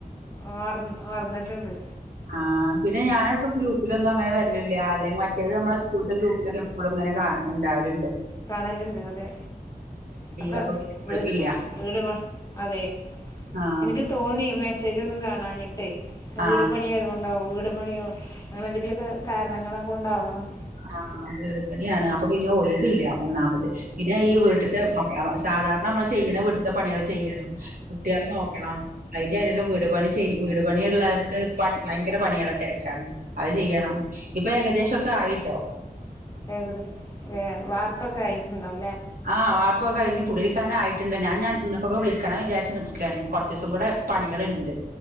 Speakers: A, on the left; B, on the right.
A: ആ മറന്നിട്ടുണ്ട്.
B: ആ പിന്നെ ഞാനിപ്പോ ഗ്രൂപ്പിലൊന്നും അങ്ങന വരലില്ല അല്ലെങ്കി മറ്റേത് നമ്മളെ സ്കൂൾത്തെ ഗ്രൂപ്പിലൊക്കെ എപ്പോളുങ്ങനെ ണ്ടാവലുണ്ട്
A: കാണലുണ്ട് അതെ അപ്പ
B: അപ്പൊ പിന്നെ
A: വീട്
B: ഒഴിവില്ല
A: അതെ
B: ആ
A: എനിക്ക് തോന്നി മെസേജൊന്നും കാണാഞ്ഞിട്ടേ
B: ആ
A: വീട് പണിയായതൊണ്ട് ണ്ടോ വീട് പണിയോ അങ്ങനെ എന്തെങ്കിലൊക്കെ കാരണങ്ങൾ കൊണ്ടാവന്ന്
B: ആ വീടുപണിയാണ് അപ്പൊ പിന്നെ ഒഴിവില്ല ഒന്നാമത് പിന്നെ ഈ വീട്ടത്തെ സാധാരണ നമ്മൾ ചെയ്യണ വീ വിട്ടിത്തെ പണികൾ ചെയ്യണം. കുട്ടിയളെ നോക്കണം അയിന്റെടേല് വീട്ട് പണി ചെ വീട് പണിയുള്ളവർക്ക് പണി ഭയങ്കര പണിയാള തെരക്കാണ് അത് ചെയ്യണം ഇപ്പൊ ഏകദേശം ഒറ്റക്ക
A: ഏകദേഷം വാർപ്പൊക്കെ ആയിട്ടുണ്ടാവുംല്ലേ?
B: ആഹ് വാർപ്പൊക്കെ കഴിഞ്ഞ് കുടിയിരിക്കാൻ ആയിട്ടുണ്ട് ഞാൻഞാൻ നിങ്ങൾക്കൊക്കെ വിളിക്കണം വിചാരിച്ച് നിക്കാണ് കുറച്ച് ദിവസം കൂടെ പണികളുണ്ട്.